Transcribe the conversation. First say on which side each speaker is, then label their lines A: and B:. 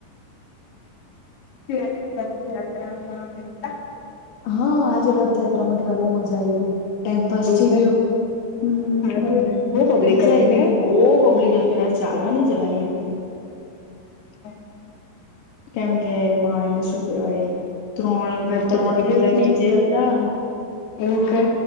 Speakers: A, on the left; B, on the left.
A: <unintelligible>
B: હા આજે રથયાત્રામાં ગેલા બઉ મજા આયવી ટાઈમપાસ થઈ
A: કે
B: ગયો હમ્મ
A: સારું ને બહુ પબ્લિક
B: મજા
A: કહે
B: આયવી
A: કે
B: બો પબ્લિક હતી હતું ચાલવાની જગા ની હતી
A: <inaudible>
B: કેમ કે એમાં એને શું કેવાય? ત્રણ
A: મેં તો
B: ત્રણ
A: જોયુ
B: જેટલા
A: જ
B: ડીજે
A: નહી
B: હતા
A: એવું કે